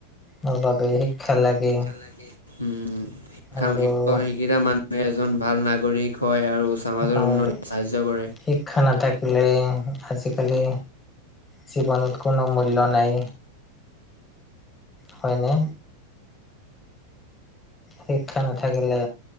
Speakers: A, on the left (about 20°); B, on the left (about 80°).
A: ৰ বাবে শিক্ষা লাগে।
B: লাগে। উম শিক্ষা
A: আৰু
B: শিক্ষিতা মানুহে এজন ভাল নাগৰিক হয় আৰু সমাজৰ
A: হয়
B: উন্নতিত সাহায্য কৰে।
A: শিক্ষা নাথাকিলে আজিকালি জীৱনত কোনো মূল্য নাই, হয় নে? শিক্ষা নাথাকিলে